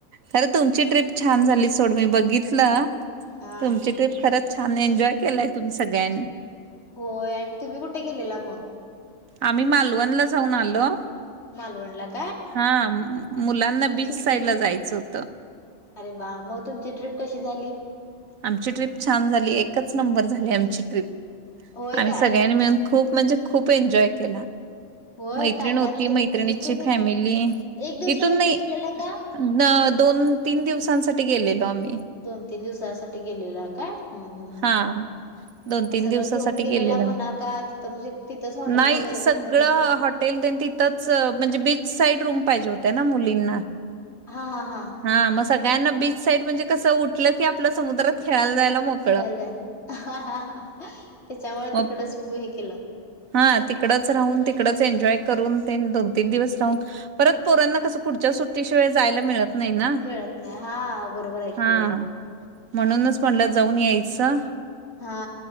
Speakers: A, on the right; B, on the left.
A: खरे तुमची ट्रीप छान झाली सोड मी बघितलं
B: हा.
A: तुमची ट्रीप खरंच. छान एन्जॉय केलाय तुम्ही सगळ्यांनी.
B: होय आणि तुम्ही कुठे गेलेला मग.
A: आम्ही मालवणला जाऊन आलो.
B: मालवणला काय.
A: हा, मु मुलांना
B: मग
A: बीच
B: तुमची
A: साईड ला जायचं होत.
B: अरे वा मग तुमची ट्रीप कशी झाली.
A: आमची ट्रीप छान झाली एकच नंबर झाली आमची ट्रीप
B: होय
A: आम्ही
B: काय?
A: सगळ्यांनी मिळून. खूप म्हणजे खूप एन्जॉय केला.
B: होय
A: मैत्रिण
B: काय
A: होती
B: काय म्हणजे
A: मैत्रिणीची
B: इथून
A: फॅमिली
B: एक दिवसासाठी
A: इथून नाही.
B: गेलेला का?
A: न दोन तीन दिवसांसाठी गेलेलो आम्ही.
B: दोन तीन दिवसासाठी गेलेला का हम हम हम,
A: हा दोन
B: म
A: तीन
B: सगळं
A: दिवसासाठी
B: घेऊन गेलेला
A: गेलेलो आम्ही.
B: म्हणा का तिथ म्हणजे तिथंच हॉटेल
A: नाही
B: मगर
A: सगळं
B: मध्ये.
A: हॉटेल तेन तिथंच म्हणजे बीच साईड रूम पाहिजे होत ना मुलींना.
B: हा हा हा.
A: हा मग सगळ्यांना बीच साईड म्हणजे कसं उठलं की आपल्या समुद्रात खेळायला जायला मोक
B: खेयला जाय, त्याच्यामुळे
A: मग
B: तिकडच हे केलं.
A: हा तिकडच राहून तिकडच एन्जॉय करून ते दोन तीन दिवस राहून परत पोरांना कसं पुढच्या सुट्टी शिवाय जायला मिळत नाही ना
B: मिळत नाही, हा बरोबर आहे
A: हा
B: <unintelligible>
A: म्हणूनच म्हटलं जाऊन यायचं.
B: हा.